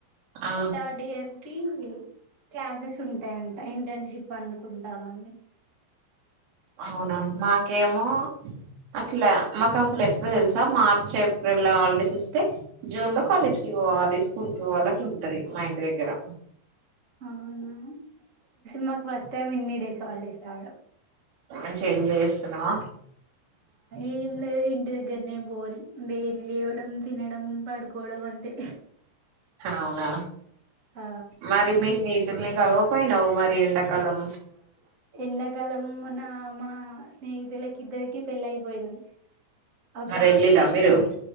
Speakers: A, on the right (about 85°); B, on the right (about 35°).
A: ఆ
B: థర్డ్ ఇయర్ కి క్లాసెస్ ఉంటాయంట ఇంటర్న్షిప్ అనుకుంటావన్నీ
A: అవునా మాకేమో అట్ల మాకు అసల ఇప్పుడు తెలుసా మార్చ్ ఏప్రిల్ హాలిడేస్ ఇస్తే జూన్ లో కాలేజ్కిివ్వాలి స్కూల్ కి పోవాల అలాంటుంది ఉంటది మా ఇంటి దెగ్గిర
B: అవునా మాకు ఫస్ట్ టైమ్ ఎన్ని డేస్ హాలిడేస్ రావడం
A: మంచిగ ఎంజాయ్ చేస్తున్నావ
B: ఏం లేదు ఇంటి దగ్గరనే బోరింగ్ డైలి లేవడం తినడం పడుకోవడం అంతే
A: అవునా
B: ఆ
A: మరి మీ స్నేహితుల్ని పోయినవు మరి ఎండకాలం
B: ఎండకాలం నామ్ మా స్నేహితులకి ఇద్దరికి పెళ్ళ అయిపోయింది ఒక
A: మరి వెళ్ళిరా మీరు